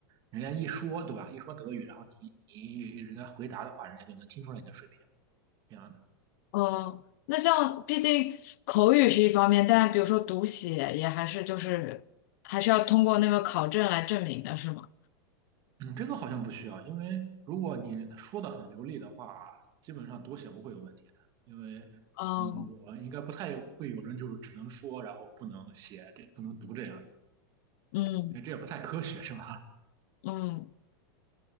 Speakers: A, on the right; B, on the left.
A: 人家一说对吧，一说德语，然后你你人家回答的话，人家就能听出来你的水平，这样的。
B: 嗯，那像毕竟口语是一方面，但比如说读写也还是就是还是要通过那个考证来证明的，是吗？
A: 嗯，这个好像不需要，因为如果你说的很流利的话，基本上读写不会有问题的。因为，
B: 哦，
A: 嗯，我应该不太会有人就是只能说，然后不能写，这不能读这样的，
B: 嗯
A: 因为这也不太科学，是吧？
B: 嗯